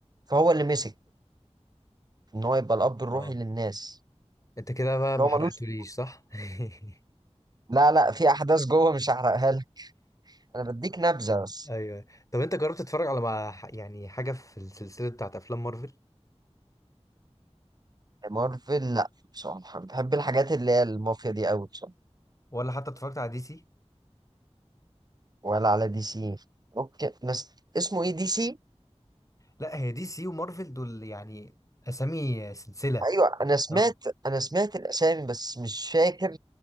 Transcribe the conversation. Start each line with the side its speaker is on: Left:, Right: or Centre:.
Right: فهو اللي مسك ان هو يبقى الاب الروحي
Left: اه
Right: للناس
Left: انت كده بقى
Right: اللي
Left: ما
Right: هو
Left: حرقتوليش
Right: ملوش
Left: صح <laughs>
Right: لا لا في احداث جوه مش هحرقها لك انا بديك نبذه بس
Left: ايوه طب انت جربت تتفرج على مع يعني حاجه في السلسله بتاعت افلام مارفل
Right: مارفل لا بصراحه بحب الحاجات اللي هي المافيا دي قوي بصراحه
Left: ولا حتى اتفرجت على دي سي
Right: ولا على دي سي اوكي بس اسمه ايه دي سي
Left: لا هي دي سي ومارفل دول يعني اسامي سلسله
Right: ايوه انا سمعت
Left: اه
Right: انا سمعت الاسامي بس مش فاكر